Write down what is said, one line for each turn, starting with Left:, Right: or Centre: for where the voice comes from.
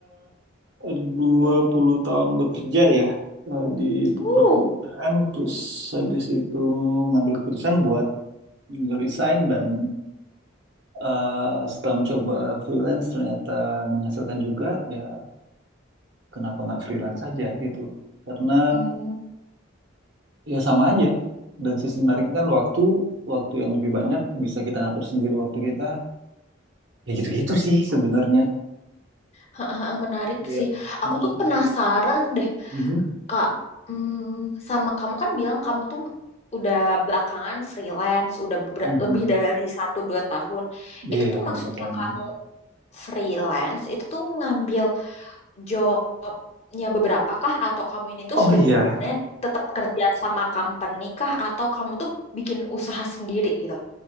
Right: eh 20 tahun bekerja ya eh, di beberapa
Left: Uh,
Right: perusahaan, terus habis itu ngambil keputusan buat resign dan eh, setelah mencoba freelance ternyata menghasilkan juga, ya kenapa nggak freelance saja gitu. Karena
Left: hmm,
Right: Ya sama aja. Dan sisi menariknya kan waktu waktu yang lebih banyak bisa kita ngatur sendiri waktu kita. Ya gitu-gitu sih sebenarnya.
Left: <laughs> menarik
Right: Iya,
Left: sih. Aku
Right: menarik
Left: tuh penasaran
Right: sih.
Left: deh,
Right: Mhm,
Left: Kak. Hmm, sama kamu kan bilang kamu tuh udah belakangan freelance, udah beber-
Right: mhm.
Left: lebih dari satu dua tahun. Itu
Right: Iya,
Left: tuh
Right: udah
Left: maksudnya
Right: empat tahunan.
Left: kamu freelance, itu tuh ngambil jobnya beberapa kah atau kamu ini tuh
Right: Oh
Left: sebenarnya
Right: iya,
Left: tetap kerja sama company kah atau kamu tuh bikin usaha sendiri gitu?